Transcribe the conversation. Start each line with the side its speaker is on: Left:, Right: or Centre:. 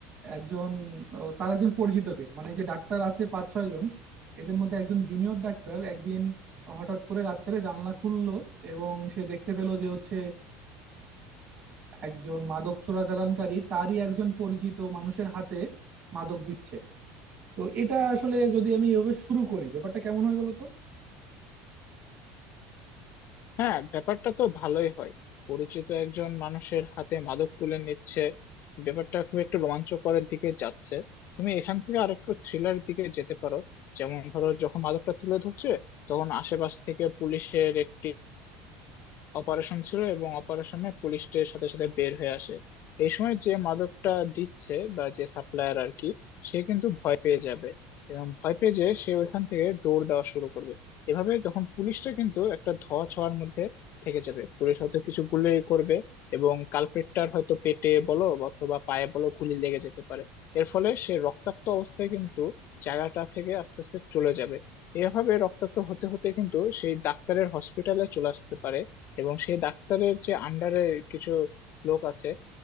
Right: একজন আহ, তার একজন পরিচিতকে মানে যে ডাক্তার আছে পাঁচ ছয় জন এদের মধ্যে একজন জুনিয়র ডাক্তার একদিন হঠাৎ করে রাত্রে জানলা খুললো এবং সে দেখতে পেলো যে হচ্ছে একজন মাদক চোরাচালানকারী তারই একজন পরিচিত মানুষের হাতে মাদক দিচ্ছে তো এটা আসলে যদি আমি এভাবে শুরু করি ব্যাপারটা কেমন হয় বলতো
Left: হ্যাঁ ব্যাপারটা তো ভালোই হয় পরিচিত একজন মানুষের হাতে মাদক তুলে নিচ্ছে ব্যাপারটা খুব একটু রোমাঞ্চকরের দিকে যাচ্ছে তুমি এখান থেকে আর একটু থ্রিলার দিকে যেতে পারো যেমন ধরো যখন মাদকটা তুলে ধরছে তখন আশেপাশ থেকে পুলিশের একটি অপারেশন ছিল এবং অপারেশনে পুলিশদের সাথে সাথে বের হয়ে আসে এই সময় যে মাদকটা দিচ্ছে বা যে সাপ্লায়ার আর কি সে কিন্তু ভয় পেয়ে যাবে এবং ভয় পেয়ে যে সে ওইখান থেকে দৌড় দেওয়া শুরু করবে এভাবে তখন পুলিশটা কিন্তু একটা ধোঁয়া ছোঁয়ার মধ্যে থেকে যাবে পুলিশ হয়তো কিছু গুলি করবে এবং কালপেটটার হয়তো পেটে বলো বা অথবা পায়ে বলো গুলি লেগে যেতে পারে এর ফলে সে রক্তাক্ত অবস্থায় কিন্তু জায়গাটা থেকে আস্তে আস্তে চলে যাবে এভাবে রক্তাক্ত হতে হতে কিন্তু সেই ডাক্তারের হসপিটালে চলে আসতে পারে এবং সেই ডাক্তারের যে আন্ডারে কিছু লোক আছে